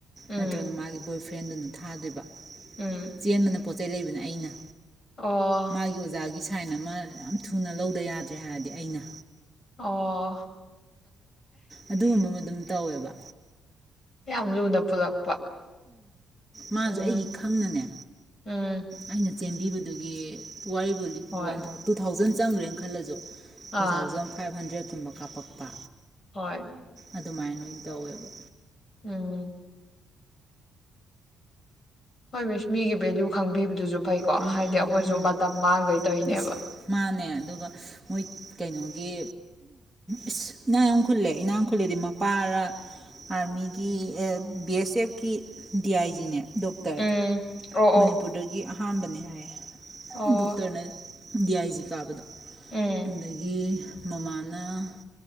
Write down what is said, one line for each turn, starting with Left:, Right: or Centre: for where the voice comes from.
Left: ꯎꯝ
Centre: ꯅꯠꯇ꯭ꯔꯒꯅ ꯃꯥꯒꯤ ꯕꯣꯏ ꯐ꯭ꯔꯦꯟꯗꯨꯅ ꯊꯥꯗꯣꯏꯕ
Left: ꯎꯝ
Centre: ꯆꯦꯟꯕꯅ ꯄꯣꯠ ꯆꯩ ꯂꯩꯕꯅ ꯑꯩꯅ
Left: ꯑꯣ
Centre: ꯃꯥꯒꯤ ꯑꯣꯖꯥꯒꯤ ꯁꯥꯏꯟ ꯑꯃ ꯌꯥꯝ ꯊꯨꯅ ꯂꯧꯗ ꯌꯥꯗ꯭ꯔꯦ ꯍꯥꯏꯔꯗꯤ ꯑꯩꯅ
Left: ꯑꯣ
Centre: ꯑꯗꯨꯒꯨꯝꯕ ꯑꯃ ꯑꯗꯨꯝ ꯇꯧꯋꯦꯕ
Left: ꯌꯥꯝ ꯂꯨꯅ ꯄꯨꯜꯂꯛꯄ
Centre: ꯃꯥꯅꯁꯨ
Left: ꯎꯝ
Centre: ꯑꯩꯒꯤ ꯈꯪꯅꯅꯦ
Left: ꯎꯝ
Centre: ꯑꯩꯅ ꯆꯦꯟꯕꯤꯕꯗꯨꯒꯤ ꯋꯥꯔꯤꯕꯣ
Left: ꯍꯣꯏ
Centre: ꯋꯥꯟ ꯊꯥꯎ ꯇꯨ ꯊꯥꯎꯖꯟ ꯆꯪꯈ꯭ꯔꯦꯅ ꯈꯜꯂꯁꯨ
Left: ꯑꯥ
Centre: ꯇꯨ ꯊꯥꯎꯖꯟ ꯐꯥꯏꯚ ꯍꯟꯗ꯭ꯔꯦꯠꯀꯨꯝꯕ ꯀꯥꯞꯄꯛꯄ
Left: ꯍꯣꯏ
Centre: ꯑꯗꯨꯃꯥꯏꯅ ꯂꯣꯏ ꯇꯧꯋꯦꯕ
Left: ꯎꯝ ꯍꯣꯏ ꯃꯤꯒꯤ ꯚꯦꯜꯂꯨ ꯈꯪꯕꯤꯕꯗꯨꯁꯨ ꯐꯩꯀꯣ
Centre: ꯎꯝ
Left: ꯍꯥꯏꯗꯤ ꯑꯩꯈꯣꯏꯁꯨ
Centre: ꯎꯝ
Left: ꯃꯇꯝ ꯃꯥꯡꯈꯩ ꯇꯧꯔꯤꯅꯦꯕ
Centre: ꯑꯁ ꯃꯥꯅꯦ ꯑꯗꯨꯒ ꯃꯣꯏ ꯀꯩꯅꯣꯒꯤ ꯏꯁ ꯏꯅꯥ ꯌꯥꯝ ꯈꯨꯜꯂꯦ ꯏꯅꯥ ꯌꯥꯝ ꯈꯨꯜꯂꯦꯗꯤ ꯃꯄꯥꯔꯥ ꯑꯥꯔꯃꯤꯒꯤ B S ꯑꯦꯐꯀꯤ D I ꯖꯤꯅꯦ doctor
Left: ꯎꯝ ꯑꯣ ꯑꯣ
Centre: ꯃꯅꯤꯄꯨꯔꯗꯒꯤ ꯑꯍꯥꯟꯕꯅꯦ ꯍꯥꯏꯌꯦ
Left: ꯑꯣ
Centre: ꯗꯨꯀꯅ ꯗꯤꯌꯥꯏꯁꯤ ꯀꯥꯕꯗꯣ
Left: ꯎꯝ
Centre: ꯑꯗꯒꯤ ꯃꯃꯥꯅ